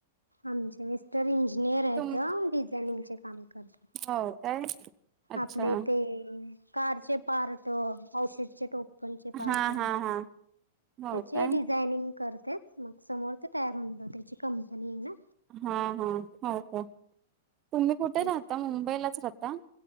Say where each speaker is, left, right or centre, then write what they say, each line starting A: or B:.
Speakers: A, on the right; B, on the right.
A: आमचे मिस्ट तर इंजिनियर आहेेतं
B: तुम
A: डिझाइनिंग चे काम करत
B: हो काय अच्छा
A: आपले ते कारचे पार्ट औषधचे टोपणचे पार्ट
B: हा हा हा हो
A: ते
B: काय
A: डिझायनिंग करतेत मग समोर ते तयार होऊन येत त्याची कंपनी आहे ना.
B: हा हा हो का तुम्ही कुठे
A: ते
B: राहता मुंबईलाच राहता.